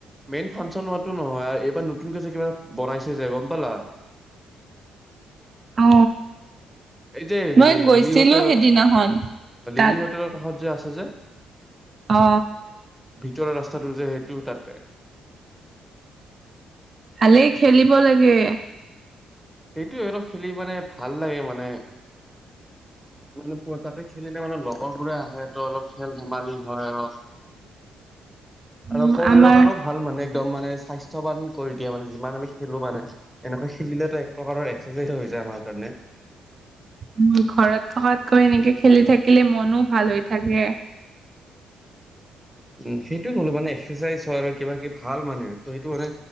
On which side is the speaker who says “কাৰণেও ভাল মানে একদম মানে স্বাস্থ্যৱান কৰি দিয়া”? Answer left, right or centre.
Centre